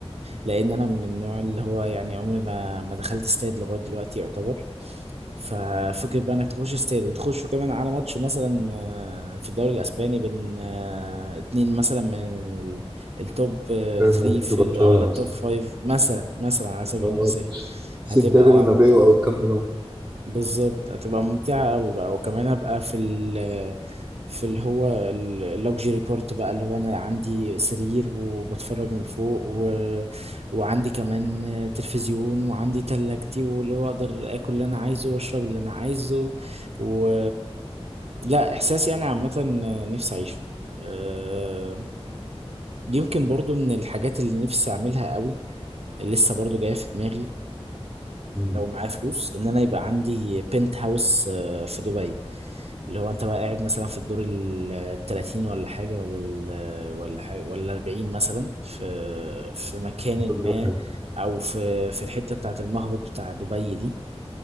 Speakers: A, on the right (about 70°); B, on the right (about 15°).
A: لان انا من النوع اللي هو يعني عمري ما ما دخلت استاد لغايه دلوقتي يعتبر ففكرة بقى انك تخش استاد وتخش كمان على ماتش مثلا آه، في الدوري الاسباني بين آه، اتنين مثلا من التوب 3
B: ريال مدريد
A: في
B: وبرشلونه
A: او التوب 5 مثلا مثلا على سبيل
B: آه،
A: المثال هتبقى
B: سانتياغو برنابيو
A: متعة
B: او الكامب نو
A: بالظبط هتبقى ممتعة قوي بقى وكمان هبقى في ال في اللي هو اللوكجري بورت بقى اللي هو انا عندي سرير وبتفرج من فوق و... وعندي كمان تلفزيون وعندي تلاجتي واللي هو اقدر اكل اللي انا عايزه واشرب اللي انا عايزه و لا احساس يعني عامة نفسي اعيشه آه، يمكن برضو من الحاجات اللي نفسي اعملها قوي لسه برضو جاية في دماغي
B: مم.
A: لو معايا فلوس ان انا يبقى عندي بنت هاوس آه، في دبي اللي هو انت بقى قاعد مثلا في الدور ال 30 ولا حاجة ولا ال ولا حاجة ولا 40 مثلا في في مكان
B: برجر
A: ما
B: خليفة
A: او في في الحتة بتاعة المهبط بتاع دبي دي